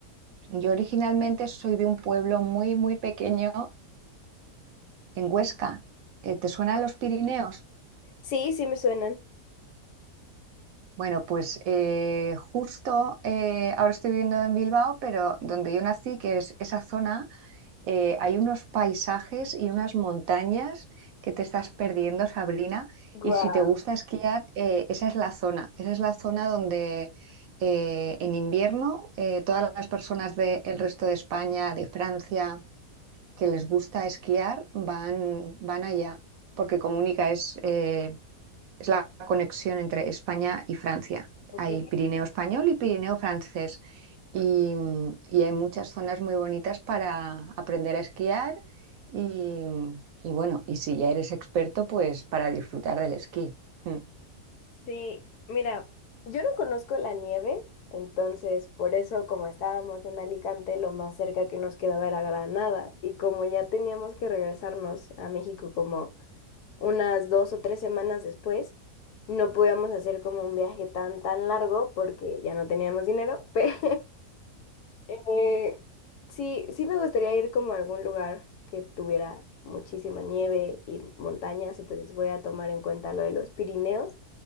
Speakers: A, on the right (about 70°); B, on the left (about 80°).
A: yo originalmente soy de un pueblo muy, muy pequeño en Huesca. Eh, ¿te suenan los Pirineos?
B: sí, sí me suenan.
A: Bueno, pues eh, justo eh, ahora estoy viviendo en Bilbao, pero donde yo nací, que es esa zona, eh, hay unos paisajes y unas montañas que te estás perdiendo, Sabrina.
B: Guau,
A: Y si te gusta esquiar, eh, esa es la zona. Esa es la zona donde eh, en invierno eh, todas las personas del resto de España, de Francia, que les gusta esquiar, van, van allá, porque comunica, es, eh, es la conexión entre España y Francia.
B: Ok.
A: Hay Pirineo español y Pirineo francés. Y, y hay muchas zonas muy bonitas para aprender a esquiar y, y bueno, y si ya eres experto, pues para disfrutar del esquí. Mm,
B: sí. Mira, yo no conozco la nieve, entonces por eso como estábamos en Alicante, lo más cerca que nos quedaba era Granada. Y como ya teníamos que regresarnos a México como unas dos o tres semanas después, no podíamos hacer como un viaje tan, tan largo porque ya no teníamos dinero, <laughs> pero eh, sí, sí me gustaría ir como a algún lugar que tuviera muchísima nieve y montañas, entonces voy a tomar en cuenta lo de los Pirineos,